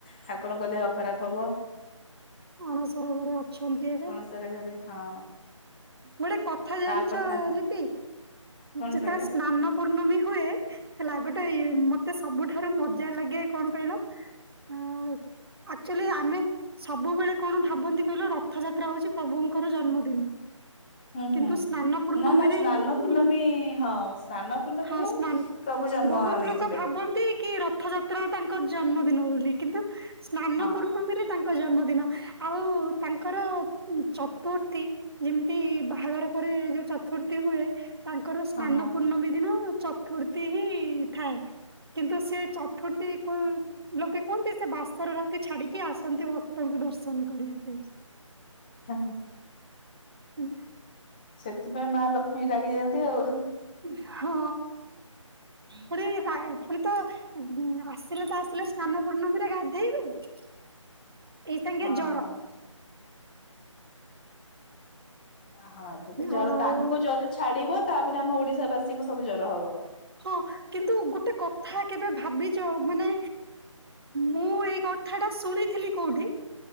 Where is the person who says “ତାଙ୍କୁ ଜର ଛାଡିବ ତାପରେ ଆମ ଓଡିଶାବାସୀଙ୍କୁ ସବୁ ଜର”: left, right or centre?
Left